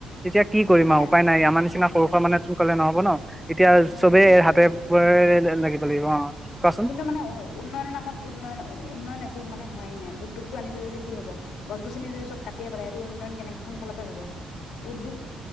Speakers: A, in the centre; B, on the left.
A: এতিয়া কি কৰিম
B: মানে
A: আৰু উপায় নাই আমাৰ নিচিনা সৰু সৰা মানুহে তো কলে নহ'ব ন এতিয়া
B: অ'
A: চবেই
B: বেছি
A: হাতে পৰে লাগিব লাগিব অ কোৱাচোন
B: কিন্তু মানে উ উন্নয়নৰ নামত উন্নয়ন উন্নয়ন একো কো মানে হোৱাই নাই উদ্যোগটো আনিছে যদি কি হব গছ গছনি যদি চব কাটিয়েই পেলাই সেইটো উন্নয়ন কেনেকে কোন ফালৰ হ'ব উদ্যোগ